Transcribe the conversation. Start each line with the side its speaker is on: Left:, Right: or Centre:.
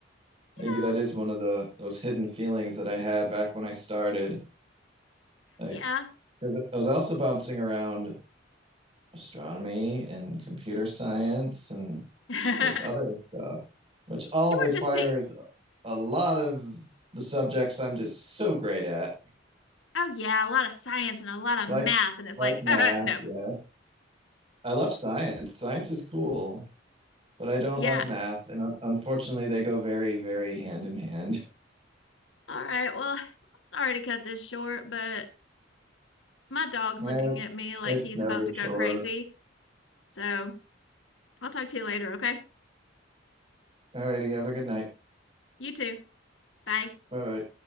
Right: Maybe
Left: Yeah,
Right: that is one of the those hidden feelings that I had back when I started. Like,
Left: yeah.
Right: 'cause I was also bouncing around astronomy and computer science and
Left: <laughs> you were
Right: this other stuff, which all requires
Left: just pick
Right: a lot of the subjects I'm just so great at,
Left: oh yeah, a lot of science and a lot of
Right: like
Left: math and it's
Right: like
Left: like
Right: math.
Left: <laughs> no.
Right: Yeah, I love science. Science is cool. but I don't
Left: Yeah.
Right: love math, and un- unfortunately, they go very, very hand in hand. <laughs>
Left: All right. Well, I'm sorry to cut this short, but my dog's
Right: Eh,
Left: looking at me like
Right: It's
Left: he's
Right: never
Left: about to go
Right: short.
Left: crazy. So, I'll talk to you later, okay?
Right: Alrighty, have a good night.
Left: You too. Bye.
Right: Bye bye.